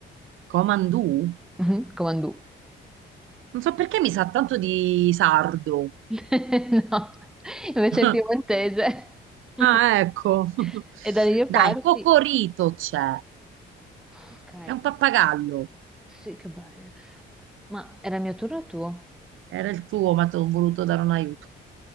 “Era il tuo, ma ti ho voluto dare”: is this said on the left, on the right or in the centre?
Right